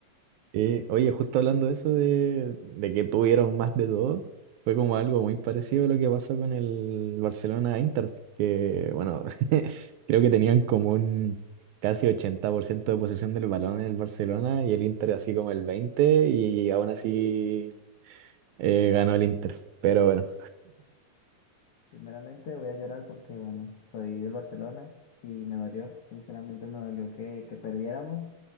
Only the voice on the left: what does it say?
Primeramente voy a llorar porque, bueno, soy del Barcelona y me dolió, sinceramente me dolió que, que perdiéramos,